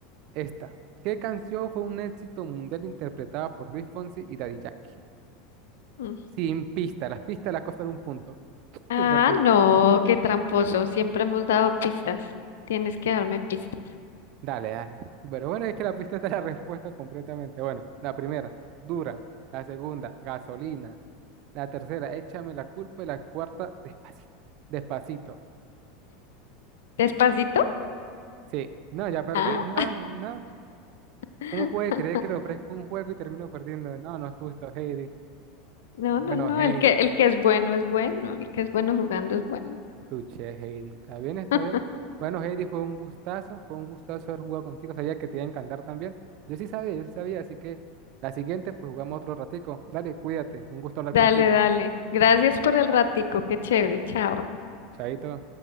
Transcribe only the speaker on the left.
Mm.
Ah,
no, qué tramposo, siempre hemos dado pistas. Tienes que darme pistas.
¿Despacito?
Ah.
<laughs>
No,
no, no,
el que, el que es bueno es bueno, el que es bueno jugando es bueno.
<laughs>
Dale,
dale. Gracias por el ratico, qué chévere, chao.